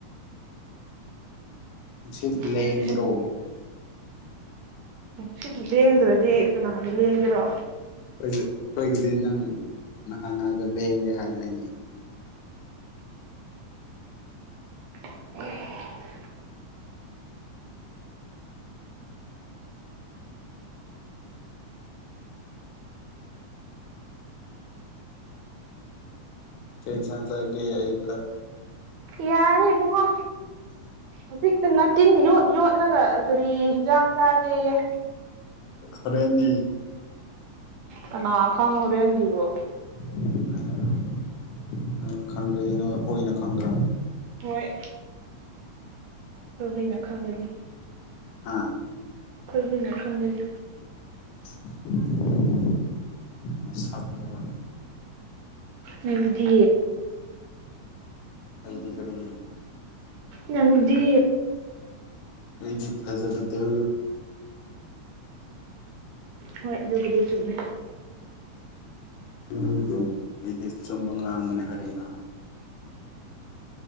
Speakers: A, on the left (about 90°); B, on the right (about 80°).
A: ꯅꯨꯡꯁꯤꯠ ꯂꯦꯡꯕꯔꯣ
B: ꯅꯨꯡꯁꯤꯠ ꯅꯨꯡꯁꯤꯠꯅ ꯂꯦꯡꯗ꯭ꯔꯗꯤ ꯀꯅꯥꯅ ꯂꯦꯡꯒꯦꯔꯣ
A: ꯑꯩꯈꯣꯏ ꯑꯩꯈꯣꯏꯒꯤꯗꯤ ꯅꯪ ꯅꯍꯥꯟꯅ ꯍꯥꯏꯕꯗ ꯂꯦꯡꯒꯦ ꯍꯥꯏꯗꯥꯏꯅꯦ
B: <unintelligible>
A: ꯀꯩ ꯏꯟꯁꯥꯡ ꯆꯥꯒꯦ ꯑꯌꯨꯛꯇ
B: ꯌꯥꯔꯦ ꯏꯕꯨꯡꯉꯣ ꯍꯧꯖꯤꯛꯇ ꯇꯤꯟ ꯌꯣꯠ ꯌꯣꯠꯂꯒ ꯀꯔꯤ ꯍꯤꯟꯖꯥꯡ ꯆꯥꯒꯦ ꯌꯦ
A: ꯍꯣꯔꯦꯟꯗꯤ
B: ꯀꯅꯥ ꯈꯪ ꯍꯣꯔꯦꯟꯒꯤꯕꯨ
A: <inaudible> ꯅꯪꯅ ꯈꯪꯗ꯭ꯔꯗꯤ ꯅꫭꯏ ꯍꯨꯏꯅ ꯈꯪꯗ꯭ꯔꯥ
B: ꯍꯣꯏ ꯈꫭꯏ ꯍꯨꯏꯅ ꯈꯪꯒꯅꯤ
A: ꯍꯥ
B: ꯈꯣꯏ ꯍꯨꯏꯅ ꯈꯪꯒꯅꯤ
A: <inaudible> ꯅꯁꯛꯇꯨꯒꯥ
B: ꯅꯪꯗꯤ
A: ꯑꯩꯗꯤ ꯀꯔꯤ
B: ꯅꯪꯗꯤ
A: ꯑꯩꯗꯤ ꯐꯖꯕꯗꯨ
B: ꯍꯣꯏ ꯑꯗꯨꯕꯨꯗꯤ ꯆꯨꯝꯃꯦ
A: <inaudible> ꯑꯩꯗꯤ ꯑꯆꯨꯝꯕ ꯉꯥꯡꯕꯅꯦ ꯀꯔꯤꯔ